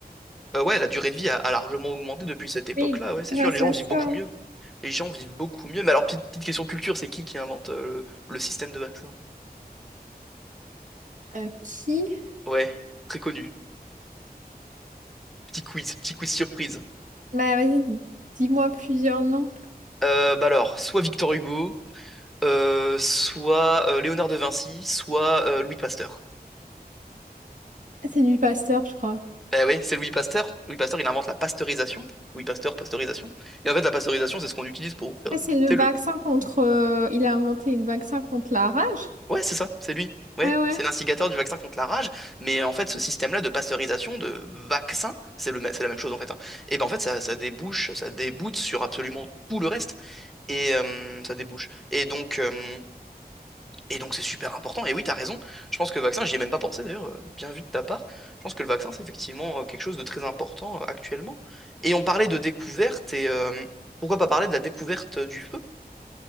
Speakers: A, in the centre; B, on the right.
A: Euh, ouais, la durée de vie a, a largement augmenté depuis cette époque-là,
B: Oui,
A: ouais, c'est
B: grâce
A: sûr. Les gens
B: à
A: vivent
B: ça.
A: beaucoup mieux. Les gens vivent beaucoup mieux. Mais alors, petite, petite question culture, c'est qui qui invente euh, le, le système de vaccin?
B: euh, qui?
A: Ouais, très connu. Petit quiz, petit quiz surprise.
B: Bah, vas-y, dis-moi plusieurs noms.
A: Euh, bah alors, soit Victor Hugo, euh, soit euh, Léonard de Vinci, soit euh, Louis Pasteur.
B: Ah, C'est du Pasteur, je crois.
A: Eh oui, c'est Louis Pasteur. Louis Pasteur, il invente la pasteurisation. Louis Pasteur, pasteurisation. Et en fait, la pasteurisation, c'est ce qu'on utilise pour faire
B: Ah,
A: du
B: c'est le
A: thé.
B: vaccin contre. euh, il a inventé le vaccin contre la rage?
A: Ouais, c'est ça, c'est lui. Ouais,
B: Ouais, ouais.
A: c'est l'instigateur du vaccin contre la rage. Mais en fait, ce système-là de pasteurisation, de vaccin, c'est le, ma- c'est la même chose en fait. hein. Et ben en fait, ça, ça débouche, ça déboute sur absolument tout le reste. Et euh, ça débouche. Et donc, euh, et donc c'est super important. Et oui, t'as raison. Je pense que le vaccin, j'y ai même pas pensé d'ailleurs. euh, Bien vu de ta part. Je pense que le vaccin, c'est effectivement euh, quelque chose de très important euh, actuellement. Et on parlait de découverte. Et euh, pourquoi pas parler de la découverte du feu